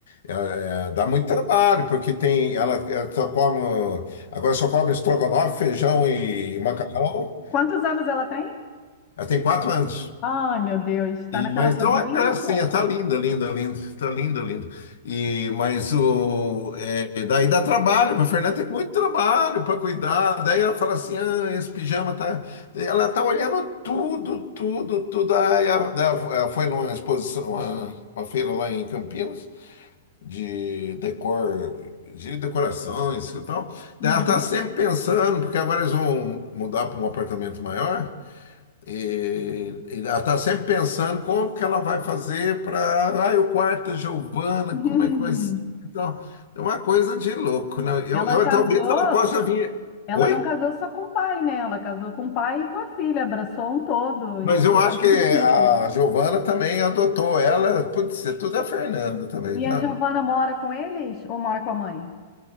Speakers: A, on the left; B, on the left.
A: É, é, dá muito trabalho, porque tem, ela, ela só come, agora só come estrogonofe, feijão e macarrão.
B: Quantos anos ela tem?
A: Ela tem quatro anos.
B: Ai, meu Deus, está
A: E-
B: naquela
A: mas
B: fase
A: então é
B: bem
A: gracinha,
B: gostosa.
A: tá linda, linda, linda, tá linda, linda. E, mas o, é, daí dá trabalho, para Fernanda tem muito trabalho para cuidar. Daí ela fala assim: ah, esse pijama tá. Ela tá olhando tudo, tudo, tudo. Aí ela, ela foi numa exposição, uma, uma feira lá em Campinas de decor, de decorações e tal. Daí
B: Uhum.
A: Ela tá sempre pensando, porque agora eles vão mudar para um apartamento maior, e, e ela tá sempre pensando como que ela vai fazer para, ah, o quarto da Giovana,
B: <laughs>
A: como é que vai ser? Então, é uma coisa de louco, né? Eu,
B: Ela
A: eu
B: casou,
A: talvez ela possa vir.
B: ela
A: Oi?
B: não casou só com o pai, né? Ela casou com o pai e com a filha, abraçou um todo.
A: Mas
B: Isso
A: eu acho
B: é
A: que
B: muito
A: a
B: bonito.
A: Giovana também adotou ela, pode ser tudo a Fernanda também,
B: E
A: tá?
B: a Giovana mora com eles ou mora com a mãe?